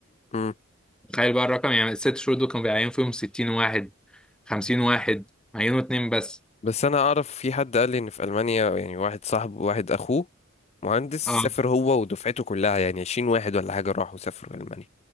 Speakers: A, on the left (about 30°); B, in the centre.
A: مم.
B: تخيل بقى الرقم يعني الست شهور دول كانوا بيعينوا فيهم 60 واحد 50 واحد عينوا اتنين بس
A: بس انا اعرف في حد قال لي ان في المانيا يعني واحد صاحبه واحد اخوه مهندس
B: اه
A: سافر هو ودفعته كلها يعني 20 واحد ولا حاجه راحوا سافروا المانيا